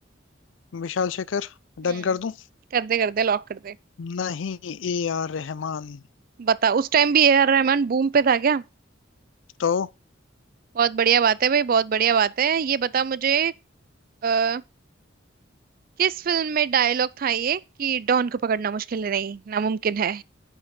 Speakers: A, on the left; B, on the right.
A: Vishal Shekhar
B: हम्म
A: Done कर दूं
B: कर दे कर दे लॉक कर दे
A: नहीं ए आर रहमान
B: बता उस टाइम भी ए आर रहमान बूम पे था क्या
A: तो
B: बहुत बढ़िया बात है भाई बहुत बढ़िया बात है ये बता मुझे आ, किस फिल्म में डायलॉग था ये कि डॉन को पकड़ना मुश्किल नहीं नामुमकिन है